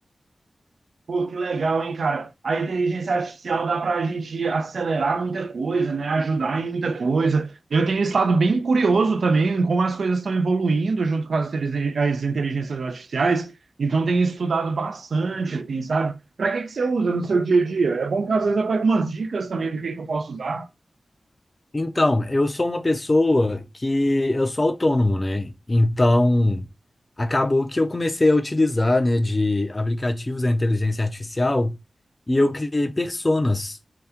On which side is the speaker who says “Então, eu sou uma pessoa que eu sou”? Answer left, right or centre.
Left